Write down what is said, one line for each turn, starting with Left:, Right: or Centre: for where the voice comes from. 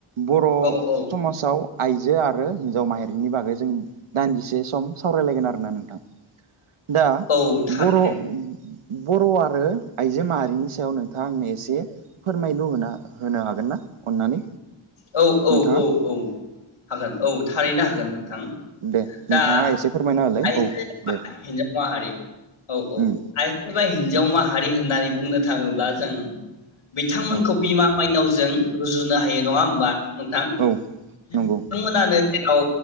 Right: बर'
Left: औ औ
Right: समाजाव आइजो आरो हिनजाव माहारिनि बागै जों दान्दिसे सम सावरायलायगोन आरोना नोंथां दा बर'
Left: औ थारैनो
Right: बर' आरो आइजो माहारिनि सायाव नोंथाङा आंनो एसे फोरमायलु होना होनो हागोन ना? अननानै
Left: औ औ
Right: नोंथाङा
Left: औ औ हागोन औ थारैनो हागोन नोंथां
Right: दे
Left: दा
Right: नोंथाङा एसे फोरमायना होलाय
Left: आइजो
Right: औ
Left: एबा
Right: दे
Left: हिनजाव माहारि औ औ
Right: उम
Left: आयजो ए हिनजाव माहारि होननानै बुंनो थाङोब्ला जों बिथांमोनखौ
Right: औ
Left: बिमा माइनाव जों रुजुनो हा हायो नङा होमबा । नोंथां नोंथमोनानो
Right: औ नंगौ
Left: जाव